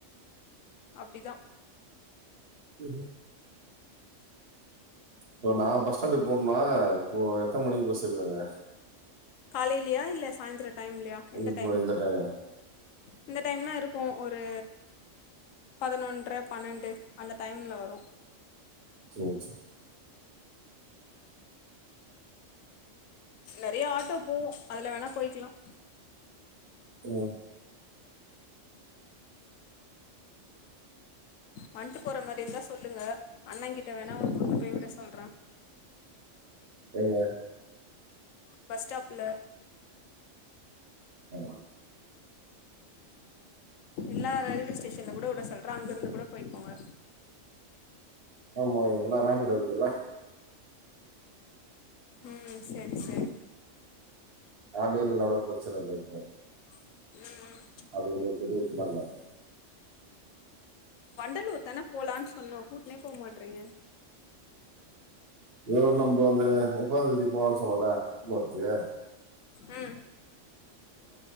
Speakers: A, on the left; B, on the right.
A: அப்டிதான்
B: ம் இப்ப நான் பஸ் ஸ்டாண்டுக்கு போணுமா இப்போ எத்தனை மணிக்கு பஸ் இருக்கு அங்க
A: காலைலியா இல்ல சாயிந்திரம் டைம்லையா
B: அங்க
A: எந்த
B: இப்போ
A: டைம்
B: இந்த டைமா
A: இந்த டைம்னா இருக்கும் ஒரு பதினொன்றரை பன்ரெண்டு அந்த டைம்ல வரும்
B: ம்
A: நெறைய ஆட்டோ போவோம் அதுல வேணா போயிக்கலாம்
B: உம்
A: வந்துட்டு போற மாரி இருந்தா சொல்லுங்க அண்ணன் கிட்ட வேணா அவர கூட்டிட்டு போய் விட சொல்றன்
B: எங்க
A: பஸ் ஸ்டாப்ல
B: அ
A: எல்லா ரயில்வே ஸ்டேஷன்ல கூட விட சொல்றேன் அங்க இருந்து கூட போய்க்கோங்க
B: ஆமா இவுங்கலா ரேப்பிட்டு இருக்குதுல்ல
A: ம் செரி செரி
B: காலைலனாலோ பிரச்சன இல்ல இப்ப
A: ம் ம்
B: அது என்னுது திடீர் ஸ்மெல்லா இருக்
A: வண்டலூர் தானே போலான்னு சொன்னோ கூட்டுனே போக மாட்றீங்க
B: இதோ நம்ப அந்த ஒம்பதா தேதி போவோனு சொன்னேல போச்சே
A: ம்